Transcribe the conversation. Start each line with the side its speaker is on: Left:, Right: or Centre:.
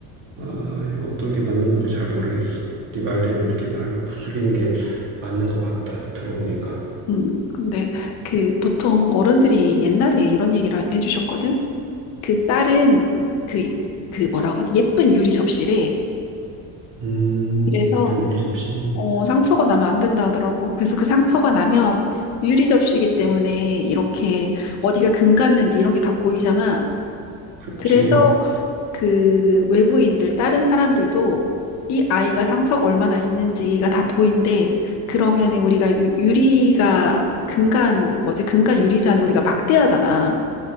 Right: 아, 어떤 게 맞는 건지 잘 모르겠어. 네 말대로 이렇게 말로 구슬리는 게 맞는 것 같다 들어보니까.
Left: 음. 근데 그 보통 어른들이 옛날에 이런 얘기를 해주셨거든. 그 딸은 그, 그 뭐라고 하지? 예쁜 유리 접시래.
Right: 음,
Left: 그래서
Right: 예쁜 유리 접시.
Left: 어, 상처가 나면 안 된다 하더라고. 그래서 그 상처가 나면 유리 접시이기 때문에 이렇게 어디가 금 갔는지 이런 게 다 보이잖아.
Right: 그렇지.
Left: 그래서 그 외부인들, 다른 사람들도 이 아이가 상처가 얼마나 있는지가 다 보인대. 그러면 우리가 유, 유리가 금간, 뭐지, 금간 유리잖아. 우리가 막대하잖아.